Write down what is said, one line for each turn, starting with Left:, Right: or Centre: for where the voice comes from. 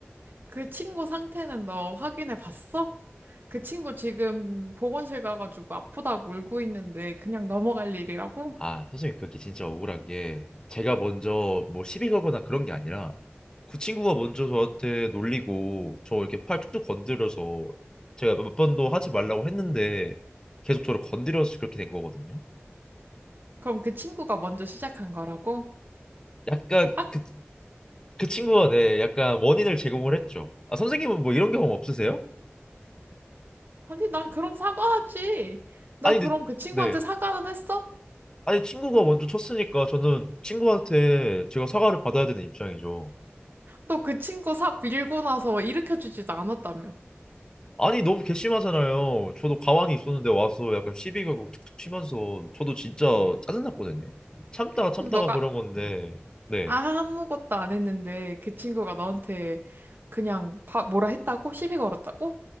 Right: 그 친구 상태는 너 확인해 봤어? 그 친구 지금 보건실 가가지고 아프다고 울고 있는데 그냥 넘어갈 일이라고?
Left: 아, 선생님 그게 진짜 억울한 게 제가 먼저 뭐 시비 걸거나 그런 게 아니라 그 친구가 먼저 저한테 놀리고 저 이렇게 팔 툭툭 건드려서 제가 몇 번도 하지 말라고 했는데 계속 저를 건드려서 그렇게 된 거거든요.
Right: 그럼 그 친구가 먼저 시작한 거라고?
Left: 약간
Right: 아,
Left: 그 그 친구가 네, 약간 원인을 제공을 했죠. 아, 선생님은 뭐 이런 경험 없으세요?
Right: 아니, 난 그럼 사과하지. 너
Left: 아니,
Right: 그럼
Left: 근데,
Right: 그 친구한테
Left: 네.
Right: 사과는 했어?
Left: 아니, 친구가 먼저 쳤으니까 저는 친구한테 제가 사과를 받아야 되는 입장이죠.
Right: 너 그 친구 사 밀고 나서 일으켜주지도 않았다며.
Left: 아니, 너무 괘씸하잖아요. 저도 가만히 있었는데 와서 약간 시비 가고 툭툭 치면서 저도 진짜 짜증났거든요. 참다가 참다가
Right: 그럼 너가
Left: 그런 건데, 네.
Right: 아무것도 안 했는데 그 친구가 너한테 그냥 바, 뭐라 했다고? 시비 걸었다고?